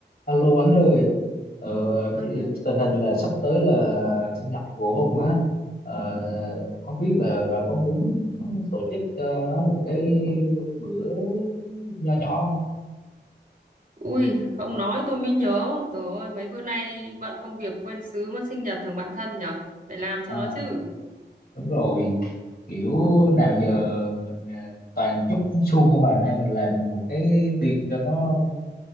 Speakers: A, on the left; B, on the right.
A: Alo anh ơi, ờ, bị-
B: Ừ.
A: tình hình là sắp tới là sinh nhật của Hùng á, Ờ, không biết là bà có muốn tổ chức cho nó một cái bữa nho nhỏ không?
B: Ui, ông nói tôi mới nhớ. Trời ơi, mấy bữa nay bận công việc quên sứ mất sinh nhật thằng bạn thân nhở? Phải làm cho
A: À,
B: nó chứ.
A: đúng rồi, kiểu nào giờ mình ờ, toàn chúc suông không à, nay mình làm một cái tiệc cho nó